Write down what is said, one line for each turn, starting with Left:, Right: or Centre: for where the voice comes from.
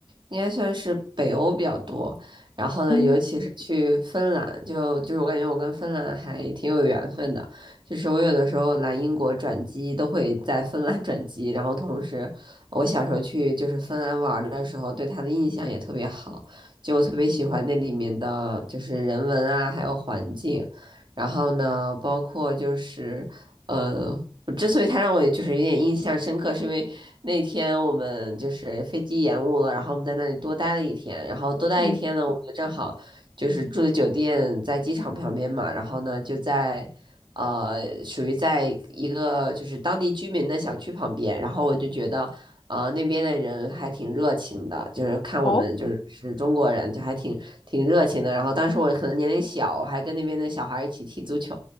Right: 应该算是北欧比较多，然后呢，
Left: 嗯
Right: 尤其是去芬兰，就就是我感觉我跟芬兰还挺有缘分的，就是我有的时候来英国转机都会在芬兰转机，然后同时我小时候去就是芬兰玩儿的时候，对它的印象也特别好，就我特别喜欢那里面的就是人文啊，还有环境。然后呢，包括就是，呃，之所以他让我就是有点印象深刻，是因为那天我们就是飞机延误了，然后我们在那里多待了一天，然后多待一天呢，
Left: 嗯，
Right: 我们就正好就是住的酒店在机场旁边嘛，然后呢就在呃属于在一个就是当地居民的小区旁边，然后我就觉得。啊那边的人还挺热情的，就是看我们就是是中国人，
Left: 哦，
Right: 就还挺挺热情的。然后当时我可能年龄小，我还跟那边的小孩儿一起踢足球，